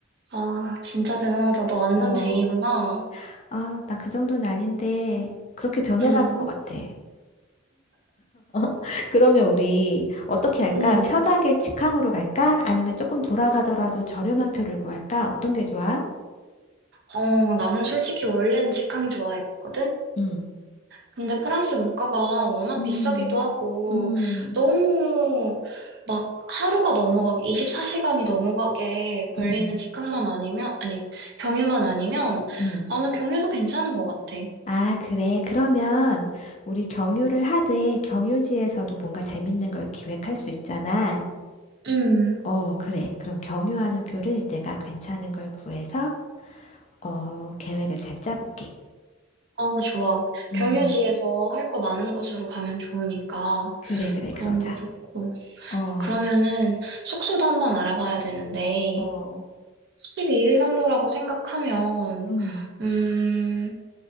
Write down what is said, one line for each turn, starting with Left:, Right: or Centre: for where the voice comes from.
Right: 아, 진짜 대단하다. 너 완전
Left: 어,
Right: 제이구나.
Left: 아, 나 그 정도는 아닌데, 그렇게 변해가는
Right: 음,
Left: 것 같아. <laughs> 그러면 우리 어떻게 할까?
Right: 음.
Left: 편하게 직항으로 갈까? 아니면 조금 돌아가더라도 저렴한 표를 구할까? 어떤 게 좋아?
Right: 어, 나는 솔직히 원래는 직항 좋아했거든?
Left: 음,
Right: 근데 프랑스 물가가 워낙
Left: 음,
Right: 비싸기도 하고,
Left: 음,
Right: 너무 막 하루가 넘어가게, 24시간이 넘어가게 걸리는
Left: 음,
Right: 직항만 아니면, 아니, 경유만 아니면,
Left: 음.
Right: 나는 경유도 괜찮은 것 같아.
Left: 아, 그래. 그러면 우리 경유를 하되 경유지에서도 뭔가 재밌는 걸 기획할 수 있잖아.
Right: 음,
Left: 어, 그래. 그럼 경유하는 표를 내가 괜찮은 걸 구해서 어, 계획을 잘 짜볼게.
Right: 어, 좋아.
Left: 음,
Right: 경유지에서 할 거 많은 곳으로 가면 좋으니까,
Left: 그래, 그래.
Right: 그런
Left: 그러자.
Right: 거 좋고.
Left: 어,
Right: 그러면은, 숙소도 한번 알아봐야 되는데,
Left: 어,
Right: 12일 정도라고 생각하면,
Left: 음.
Right: 음,